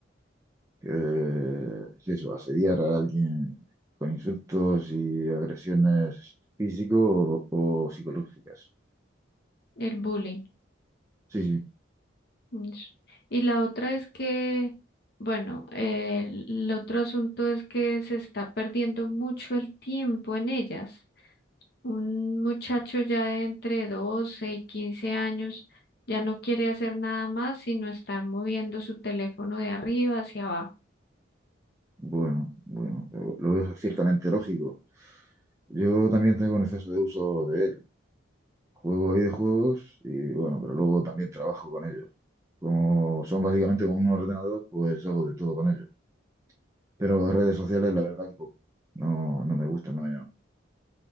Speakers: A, on the right (about 15°); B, on the left (about 55°).
A: que es eso, asediar a alguien con insultos y agresiones físico o, o psicológicas.
B: el bullying.
A: Sí, sí.
B: Ish. Y la otra es que, bueno, eh, el otro asunto es que se está perdiendo mucho el tiempo en ellas. Un muchacho ya de entre 12 y 15 años ya no quiere hacer nada más sino estar moviendo su teléfono de arriba hacia abajo.
A: Bueno, bueno, lo, lo veo ciertamente lógico. Yo también tengo un exceso de uso de él. Juego a videojuegos y bueno, pero luego también trabajo con ellos. Como son básicamente con un ordenador, pues hago de todo con ellos. Pero redes sociales, la verdad que poco. No, no me gusta, no,